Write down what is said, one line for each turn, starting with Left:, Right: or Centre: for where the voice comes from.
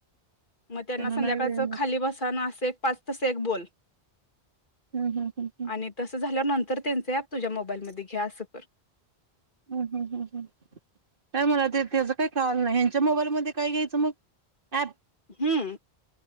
Left: म त्यांना संध्याकाळच
Right: नाही वेळ मिळत
Left: खाली बसाना असं एक पाच तस एक बोल
Right: हूं हूं हूं हूं
Left: आणि तसं झाल्या नंतर त्यांच ॲप तुझ्या मोबाईलमध्ये घे असं कर
Right: हूं हूं हूं हूं काय मला ते त्याचा काही, कळालं नाही ह्यांच्या मोबाईलमध्येध्ये काय घ्यायचं मग ऍप.
Left: हम्म.